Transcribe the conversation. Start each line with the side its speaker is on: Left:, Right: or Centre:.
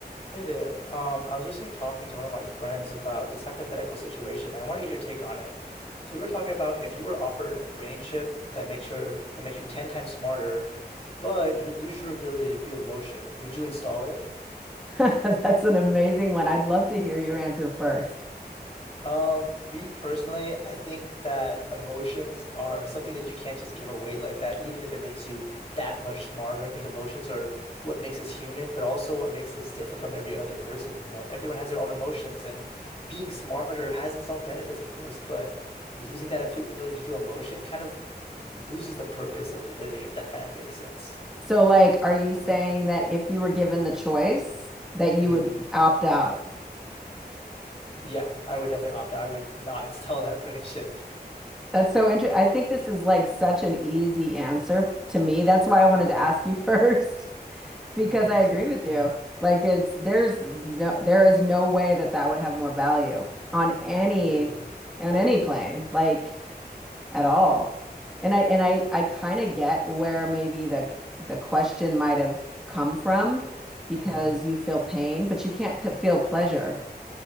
Left: Hey there. Um, I was recently talking to one of my friends about this hypothetical situation, and I want to get your take on it. So we were talking about if you were offered a brain chip that makes your that makes you 10 times smarter, but you would lose your ability to feel emotion, would you install it?
Centre: <laughs> That's an amazing one. I'd love to hear your answer first.
Left: Um, me personally, I think that emotions are something that you can't just give away like that, even if it makes you that much smarter. I think emotions are what makes us human, but also what makes us different from every other person. You know, everyone has their own emotions, and being smarter has its own benefits, of course, but losing that affi- ability to feel emotion kind of loses the purpose of living, if that kind of makes sense.
Centre: So, like, are you saying that if you were given the choice, that you
Left: hmm
Centre: would opt out?
Left: Yeah, I would definitely opt out. I would not <laughs> install that brain chip.
Centre: That's so interesting. I think this is like such an easy answer f- to me. That's why I wanted to ask you <laughs> first,
Left: Mm,
Centre: because I
Left: I
Centre: agree
Left: see.
Centre: with you.
Left: Mm-hmm.
Centre: Like, it's there's no, there is no way that that would have more value on any
Left: hmm
Centre: on any plane. Like, at all. And I and I I kind of get where maybe the the question might have come from because
Left: hmm
Centre: you feel pain, but you can't p feel pleasure.